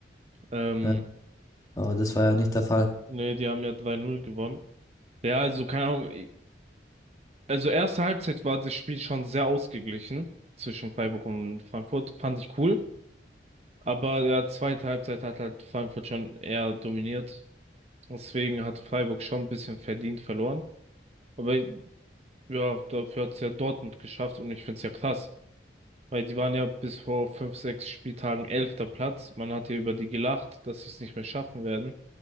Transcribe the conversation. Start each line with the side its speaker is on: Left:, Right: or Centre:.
Right: Ähm,
Left: Ja, aber das war ja nicht der Fall.
Right: nee, die haben ja 2 Null gewonnen. Ja, also keine Ahnung. Also erste Halbzeit war das Spiel schon sehr ausgeglichen zwischen Freiburg und Frankfurt. Fand ich cool. Aber ja, zweite Halbzeit hat halt Frankfurt schon eher dominiert. Deswegen hat Freiburg schon ein bisschen verdient verloren. Aber ja, dafür hat es ja Dortmund geschafft und ich finde es ja krass, weil die waren ja bis vor fünf, sechs Spieltagen elfter Platz. Man hat ja über die gelacht, dass sie es nicht mehr schaffen werden.